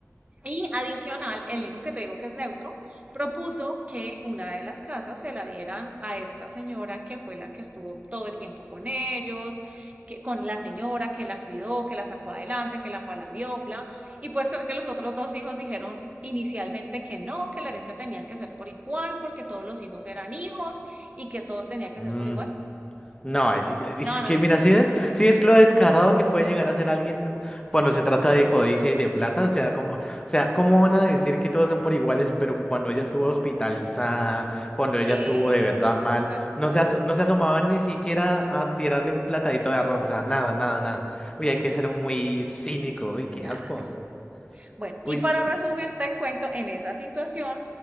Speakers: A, on the right (about 25°); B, on the left (about 15°).
A: Y adicional, el hijo que te digo que es neutro propuso que una de las casas se la dieran a esta señora que fue la que estuvo todo el tiempo con ellos, que con la señora que la cuidó, que la sacó adelante, que la paladió, bla. Y puedes creer que los otros dos hijos dijeron inicialmente que no, que la herencia tenía que ser por igual, porque todos los hijos eran hijos y que todos tenía que
B: mm,
A: ser por igual.
B: No, ahí sí te-
A: No,
B: es,
A: no,
B: que
A: no.
B: mira, si es, si es lo descarado que puede llegar a ser alguien cuando se trata de codicia y de plata, o sea, como, o sea, ¿cómo van a decir que todos son por iguales, pero que cuando ella estuvo hospitalizada, cuando ella
A: Es,
B: estuvo de verdad mal,
A: o sea,
B: no se, as- no se asomaban ni siquiera a tirarle un platadito de arroz, o sea, nada, nada, nada. Uy, hay que ser muy cínico, uy, qué
A: nada.
B: asco.
A: Bueno,
B: Uy,
A: y para resumirte el cuento, en esa situación